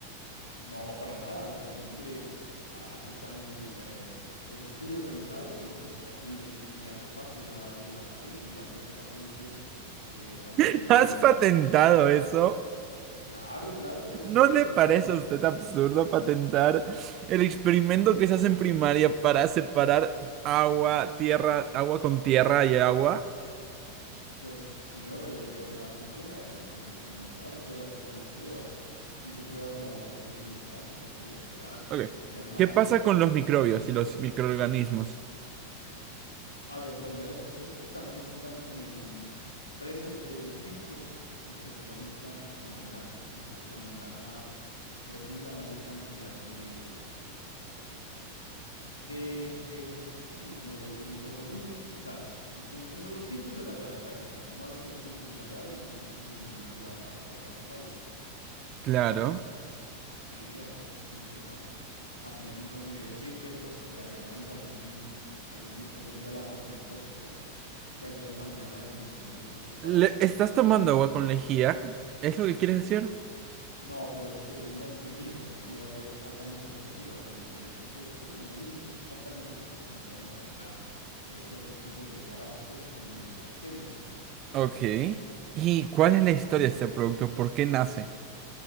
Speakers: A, on the left; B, on the right.
A: No, para nada. Realmente a- aquí están eh, los estudios realizados y pues aquí de hecho mi, mi artefacto ya lleva una patente, lleva tres patentes, eh, tanto
B: <laughs>
A: de diseño.
B: ¿Has patentado eso?
A: Claro, claro, pues es
B: ¿No
A: que
B: le
A: de verdad
B: parece
A: funciona.
B: a usted absurdo patentar el experimento que se hace en primaria para separar agua, tierra, agua con tierra y agua?
A: Pues señor, eh, de verdad funciona. El, el desalinizador puede hacerle las pruebas. Hice pruebas en laboratorios muy importantes de aquí de la ciudad
B: Ok.
A: y además...
B: ¿Qué pasa con los microbios y los microorganismos?
A: A ver, bueno, estos, estos también resultan em, presos de los filtros eh, que se realizan con la membrana. Entonces, la membrana r- retiene la mayor cantidad de, de, de- sí, como de, de microorganismos y sales, como, como los filtros de la llave, haga de cuenta. ¿No ha visto los filtros de la llave en aquellos sitios donde no llega agua potable?
B: Claro.
A: Sí, ah, pues así funciona. También olvidé decir que pues le agregamos algún, mm, algún disolvente al agua que no es tóxico que ayuda también a la eliminación de estos parásitos.
B: Le- ¿estás tomando agua con lejía? ¿Es lo que quieres decir?
A: No, pero es que no es lejía, la lejía es altamente corrosiva. El, el compuesto que le añadimos es altamente especializado en erradicar eh, ciertos tipos de parásitos y bacterias.
B: Ok. ¿Y cuál es la historia de este producto? ¿Por qué nace?